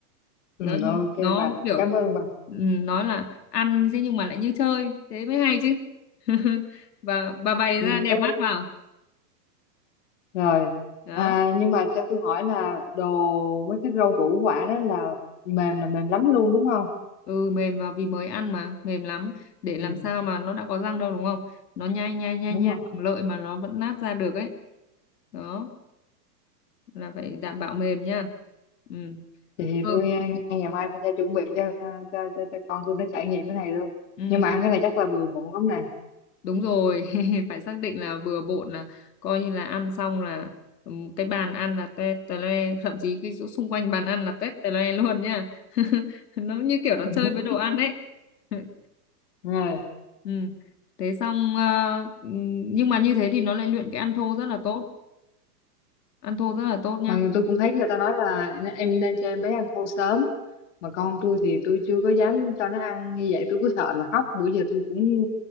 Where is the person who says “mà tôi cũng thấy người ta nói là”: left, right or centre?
Left